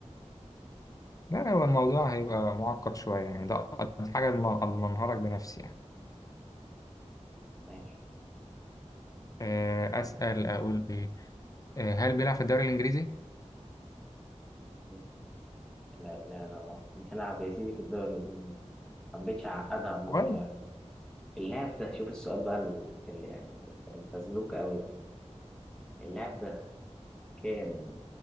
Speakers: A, on the left; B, in the centre.
A: لا هو الموضوع هيبقى معقد شوية يعني ده أقل حاجة اضمنها لك بنفسي يعني
B: ماشي
A: آه أسأل أقول ايه آه هل بيلعب في الدوري الإنجليزي
B: لا لا لا لا بيلعب يا سيدي في الدوري الإنجليزي حبيتش أعقدها المرة
A: كويس
B: دي اللاعب ده شوف السؤال بقى ال- اللي يعني الفزلوكة قوي ده اللاعب ده كان